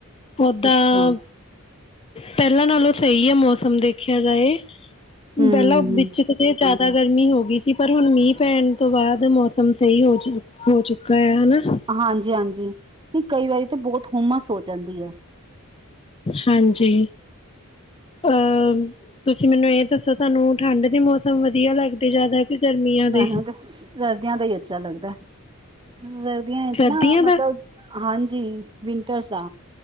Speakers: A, on the left (about 25°); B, on the right (about 20°).
A: ਓਦਾਂ
B: ਅੱਛਾ,
A: ਪਹਿਲਾਂ ਨਾਲੋਂ ਸਹੀ ਹੈ, ਮੌਸਮ ਦੇਖਿਆ ਜਾਏ,
B: ਹੂੰ,
A: ਪਹਿਲਾਂ ਵਿੱਚ ਤੇ ਜ਼ਿਆਦਾ ਗਰਮੀ ਹੋ ਗਈ ਸੀ, ਪਰ ਹੁਣ ਮੀਂਹ ਪੈਣ ਤੋਂ ਬਾਅਦ ਮੌਸਮ ਸਹੀ ਹੋ ਜਾ ਹੋ ਚੁੱਕਾ ਹੈ, ਹਨਾ।
B: ਹਾਂਜੀ- ਹਾਂਜੀ, ਨਹੀਂ ਕਈ ਵਾਰੀ ਤਾਂ ਬਹੁਤ ਹੁੰਮਸ ਹੋ ਜਾਂਦੀ ਹੈ।
A: ਹਾਂਜੀ ਅਹ ਤੁਸੀਂ ਮੈਨੂੰ ਇਹ ਦੱਸੋ ਤੁਹਾਨੂੰ ਠੰਢ ਦੇ ਮੌਸਮ ਵਧੀਆ ਲੱਗਦੇ ਜ਼ਿਆਦਾ। ਕਿ ਗਰਮੀਆਂ ਦੇ
B: ਮੈਨੂੰ ਤੇ ਸਰਦੀਆਂ ਦਾ ਹੀ ਅੱਛਾ ਲੱਗਦਾ, ਸਰਦੀਆਂ ਚ
A: ਸਰਦੀਆਂ
B: ਨਾ
A: ਦਾ
B: ਮਤਲਬ ਹਾਂਜੀ, ਵਿੰਟਰਸ ਦਾ,